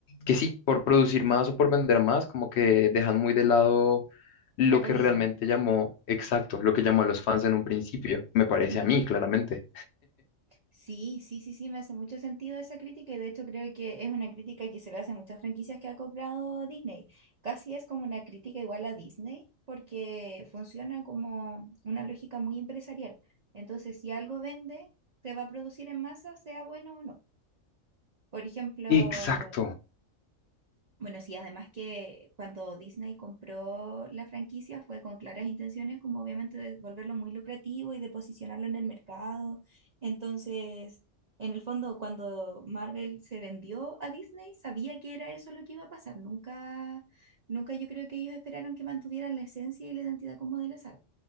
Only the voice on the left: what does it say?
que sí, por producir más o por vender más, como que dejan muy de lado lo
que realmente llamó, exacto, lo que llamó a los fans en un principio, me parece
a mí, claramente.
Exacto.